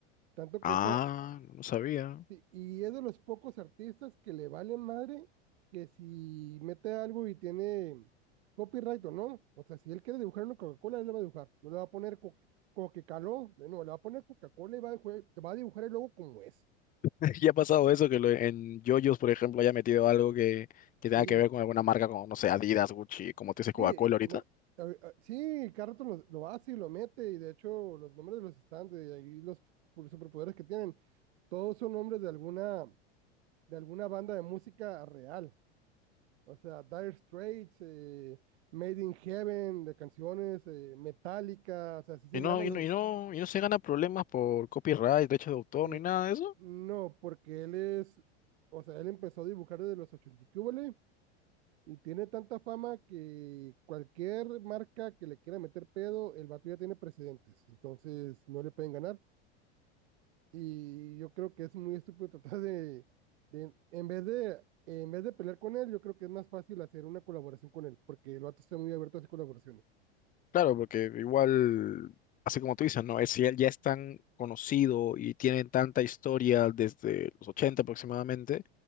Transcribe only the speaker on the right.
Tanto
que este,
Sí, Y es de los pocos artistas que le vale madre que si mete algo y tiene copyright o no. O sea, si él quiere dibujar una Coca-Cola, él le va a dibujar. No le va a poner co como que caló. No, le va a poner Coca-Cola y va a, dibujé- va a dibujar el logo como es.
Sí,
sí,
no, a- a- sí, cada rato lo, lo hace y lo mete. Y de hecho, los nombres de los stands y ahí los pu- superpoderes que tienen, todos son nombres de alguna, de alguna banda de música real. O sea, Dire Straits, eh, Made in Heaven, de canciones, eh, Metallica, o sea, así se
llaman
los...
eh,
no, porque él es, o sea, él empezó a dibujar desde los 80 y qué húbole, y tiene tanta fama que cualquier marca que le quiera meter pedo, el vato ya tiene precedentes, entonces no le pueden ganar. Y yo creo que es muy estúpido tratar de, de en vez de, en vez de pelear con él, yo creo que es más fácil hacer una colaboración con él, porque el vato está muy abierto a hacer colaboraciones.